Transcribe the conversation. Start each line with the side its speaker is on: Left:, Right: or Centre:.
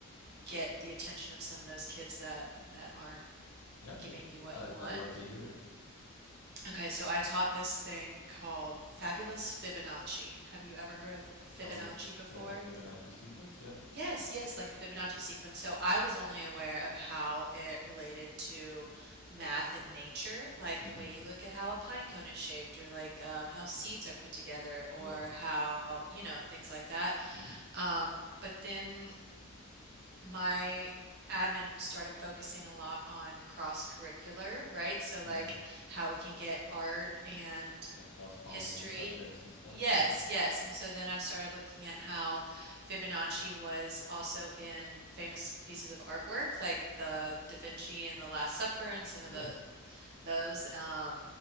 Right: get the attention of some of those kids that that aren't
Left: Yeah, okay.
Right: giving you what
Left: I'd,
Right: you want.
Left: I'd love to hear it.
Right: Okay, so I taught this thing called Fabulous Fibonacci. Have you ever heard of Fibonacci
Left: I like
Right: before?
Left: like a Fibonacci sequence, yeah.
Right: Yes, yes, like a Fibonacci sequence. So I was only aware of how it related to math and nature, like
Left: hmm
Right: the way you look at how a pine cone is shaped, or like um, how seeds are put together, or
Left: Yeah.
Right: how, you know, things like that.
Left: hmm
Right: Um, but then my admin started focusing a lot on cross curricular, right? So
Left: hmm
Right: like how we can get art and
Left: Like cross-pollinate
Right: history.
Left: the subjects and stuff.
Right: Yes,
Left: Yeah.
Right: yes. And so then I started looking at how Fibonacci was also in famous pieces of artwork like the Da Vinci and the Last Supper and some of
Left: Yeah.
Right: the those. Um,